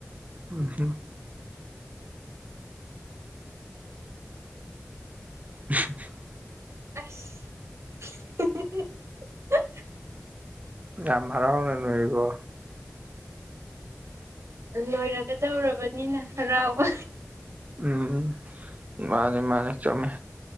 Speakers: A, on the right; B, on the right.
A: ꯎꯝ <inaudible>
B: ꯑꯁ ꯍꯤ ꯍꯝ ꯍꯝ ꯍꯝ
A: ꯌꯥꯝ ꯍꯔꯥꯎꯅ ꯅꯣꯛ ꯏꯀꯣ
B: ꯂꯣꯏꯔꯒꯗꯧꯔꯕꯅꯤꯅ ꯍꯔꯥꯎꯕ
A: ꯎꯝ ꯎꯝ ꯃꯥꯅꯤ ꯃꯥꯅꯤ ꯆꯨꯝꯃꯦ